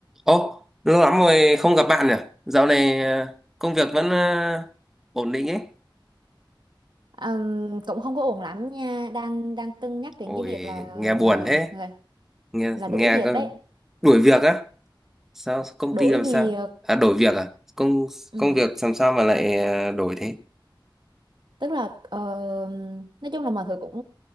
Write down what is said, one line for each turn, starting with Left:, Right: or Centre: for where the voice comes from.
Centre: Ô, lâu lắm rồi không gặp bạn nhỉ? Dạo này ờ, công việc vẫn ờ, ổn định ấy.
Right: Ừm, cũng không có ổn lắm nha đang đang cân nhắc đến
Centre: Ôi,
Right: cái việc là
Centre: nghe buồn
Right: là
Centre: thế.
Right: là
Centre: Nghe
Right: là
Centre: nghe
Right: đổi việc
Centre: cơ.
Right: đấy
Centre: Đuổi việc á? Sao công
Right: đổi
Centre: ty làm
Right: việc
Centre: sao? À đổi việc à? Công
Right: ừ.
Centre: công việc làm sao mà lại ờ, đổi thế?
Right: tức là ờ, nói chung là mọi thứ cũng